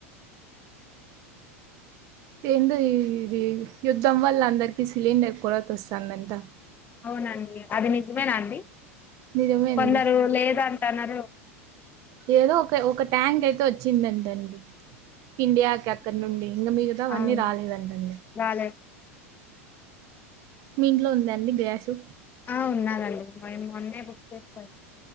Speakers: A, on the right; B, on the left.
A: ఎందో ఇవి వి యి యుద్ధం వల్ల అందరికి సిలిండర్ కూడా తొస్సాందంట
B: అవునండి అది నిజమేనాండి.
A: నిజమే అండి
B: కొందరు లేద అంటన్నారు.
A: ఏదో ఒక ఒక ట్యాంక్ అయితే వచ్చిందంటండి. ఇండియాక కన్ నుండి ఇంగ మిగతావన్నీ
B: అవును
A: రాలేదంటండి.
B: రాలేదు
A: మీ ఇంట్లో ఉందండి గ్యాసు
B: ఆ ఉన్నాదండి మయ్ మొన్నే బుక్ చేసుపొయ్